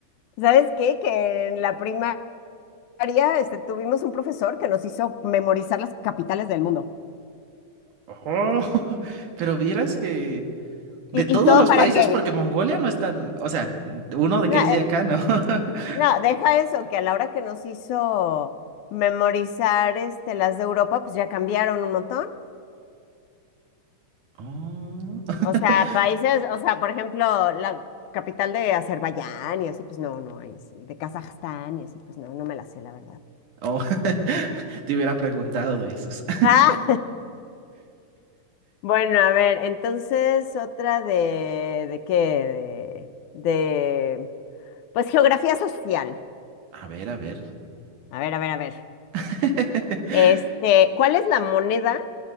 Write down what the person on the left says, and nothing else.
¿Sabes qué? Que en la prima primaria, este, tuvimos un profesor que nos hizo memorizar las capitales del mundo.
¿Y,
y todo
para
qué?
No,
eh,
no, deja eso, que a la hora que nos hizo memorizar este, las de Europa, pues ya cambiaron un montón.
O sea, países, o sea, por ejemplo, la capital de Azerbaiyán y así, pues no, no, ahí sí, de Kazajstán y así, pues no, no me la sé, la verdad.
Ah, Bueno, a ver, entonces otra de, ¿de qué? De, de, pues geografía social.
A ver, a ver, a ver.
Este, ¿cuál es la moneda